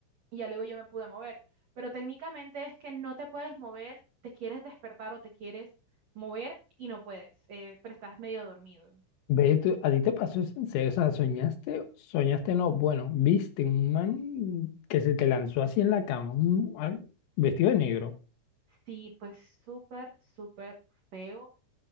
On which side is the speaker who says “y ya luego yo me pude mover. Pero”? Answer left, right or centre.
Right